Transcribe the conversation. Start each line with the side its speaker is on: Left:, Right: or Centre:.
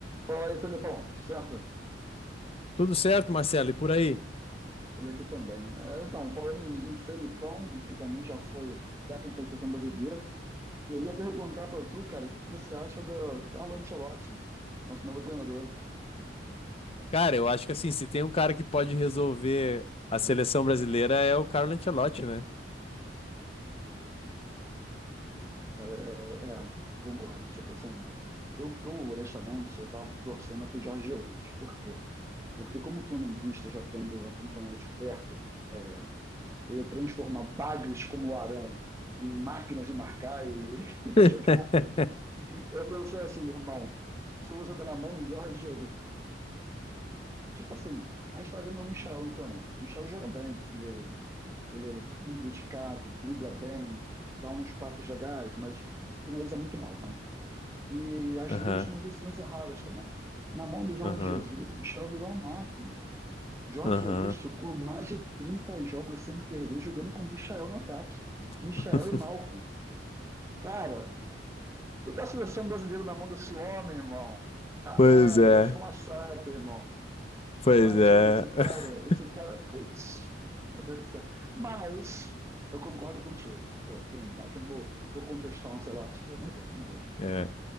Right: Fala aí, Felipão, certo?
Left: Tudo certo, Marcelo, e por aí?
Right: Por aqui também. É, então, falando em, em Felipão, que também já foi técnico da seleção brasileira, queria perguntar para tu, cara, o que, que você acha do Carlo Ancelotti, nosso novo treinador?
Left: Cara, eu acho que assim, se tem um cara que pode resolver a seleção brasileira é o Carlo Ancelotti, né?
Right: Cara, eu, é, eu concordo. Tipo assim, eu, eu honestamente, eu tava torcendo pro Jorge Jesus. Por quê? Porque como flamenguista, já tendo acompanhado de perto é, ele transforma bagres como o Arão em máquinas de marcar e, e <laughs> criar
Left: <laughs>
Right: jogada. Eu pensei assim, irmão, se usa da mão do Jorge Jesus. Tipo assim, a gente está vendo o Michel no Flamengo. O Michel joga bem, ele, ele é muito dedicado, dribla bem, dá uns passes legais, mas finaliza muito mal, né? E às
Left: Aham,
Right: vezes toma decisões erradas também. Na mão do Jorge
Left: aham,
Right: Jesus, o Michel virou uma máquina Jorge
Left: aham.
Right: Jesus ficou mais de 30 jogos sem perder, jogando com o Michael no ataque. Michael
Left: <laughs>
Right: e Malcolm. Cara, toda a seleção brasileira na mão desse homem, irmão. Caramba,
Left: Pois é,
Right: vai ser um massacre, irmão.
Left: pois
Right: Imagina
Left: é.
Right: esse
Left: <laughs>
Right: cara, esse cara, putz, meu Deus do céu. Mas eu concordo contigo. Pô, quem, quem vou, vou contestar um Ancelotti? Pelo amor de Deus, não vou. né?
Left: É.